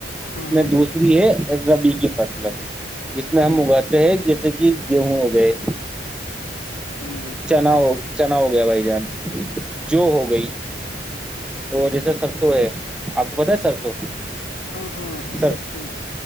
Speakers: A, in the centre; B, on the left.
A: ج
B: ہاں
A: میں
B: ہاں
A: دوسری
B: بھائی
A: ہے اذبی کی فتل جس میں ہم
B: ٹھیک
A: اگا تو جیسے کہ گیہوں ہو گئے
B: ہاں بھائی
A: نا ہو چنا ہو گیا بھائی جان جو ہو گئی
B: ٹھیک
A: اور جیسے سر سو ہے آپ کو پت ہے سر تو
B: ہاں ہاں
A: سر
B: سرسوں